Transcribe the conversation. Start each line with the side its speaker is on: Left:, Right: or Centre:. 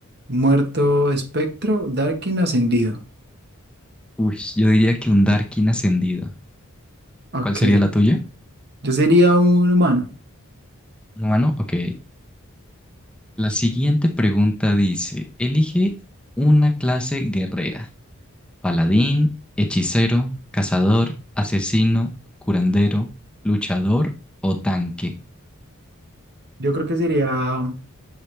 Right: muerto, espectro, Darkin, ascendido?
Centre: Uy, yo diría que un Darkin ascendido.
Right: Ok,
Centre: ¿Cuál sería la tuya?
Right: yo sería un humano,
Centre: ¿Un humano? Ok. La siguiente pregunta dice, elige una clase guerrera. Paladín, hechicero, cazador, asesino, curandero, luchador o tanque.
Right: yo creo que sería